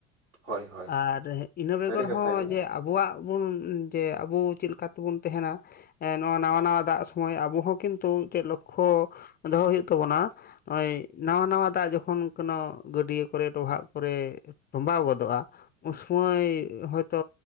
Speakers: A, on the right; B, on the left.
A: ᱦᱳᱭ ᱦᱳᱭ
B: ᱟᱨ ᱤᱱᱟᱹ ᱵᱮᱜᱚᱨ
A: ᱥᱟᱹᱨᱤ ᱠᱟᱛᱷᱟ
B: ᱦᱚᱸ
A: ᱜᱮ
B: ᱡᱮ ᱟᱵ ᱵᱚᱣᱟᱜ ᱵᱩᱱ ᱡᱮ ᱟᱵᱩ ᱪᱮᱫ ᱞᱮᱠᱟ ᱛᱮᱵᱩᱱ ᱛᱟᱸᱦᱮᱱᱟ? ᱮᱸ ᱱᱚᱣᱟ ᱱᱟᱣᱟ ᱱᱟᱣᱟ ᱫᱟᱜ ᱥᱚᱢᱚᱭ ᱟᱵᱚ ᱦᱚᱸ ᱠᱤᱱᱛᱩ ᱪᱮᱫ ᱞᱚᱠᱠᱷᱚ ᱫᱚᱦᱚ ᱦᱩᱭᱩᱜ ᱛᱟᱵᱚᱱᱟ। ᱱᱚᱜᱼᱚᱭ ᱱᱟᱣᱟ ᱱᱟᱣᱟ ᱫᱟᱜ ᱡᱚᱠᱷᱚᱱ ᱠᱚᱱᱚ ᱜᱟᱹᱰᱭᱟᱹ ᱠᱚᱨᱮ ᱰᱚᱵᱷᱟᱜ ᱠᱚᱨᱮ। ᱴᱚ‌ᱸᱵᱟᱣ ᱜᱚᱫᱚᱜᱼᱟ ᱩᱱ ᱥᱩᱢᱟᱹᱭ ᱦᱚᱭᱛᱚ